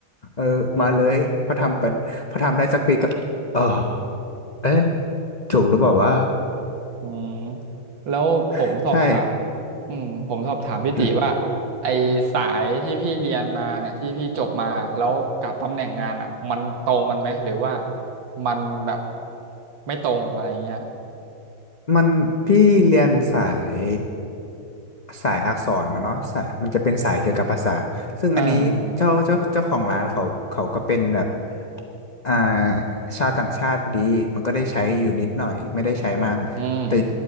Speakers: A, on the left; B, on the right.
A: เออมาเลยพอทำไปพอทำได้สักปีก็เออ
B: อืม
A: เอ๊ะถูกหรือเปล่าว่า
B: อืมแล้วผมสอบถาม
A: <laughs> ใช่
B: อืมผมสอบถามพี่ติว่า
A: อืม
B: ไอสายที่พี่เรียนมาเนี่ยที่พี่จบมาแล้วกับตำแหน่งงานอ่ะมันตรงกันไหมหรือว่ามันแบบไม่ตรงอะไรเงี้ย
A: มันพี่เรียนสายสายอักษรมาเนาะสายมันจะเป็นสายเกี่ยวกับภาษาซึ่งอันนี้เจ้าเจ้าเจ้าของร้านเขาเขาก็เป็นแบบ
B: เออ
A: อ่าชาวต่างชาติพอดีมันก็ได้ใช้อยู่นิดหน่อยไม่ได้ใช้มาก
B: อืม
A: แต่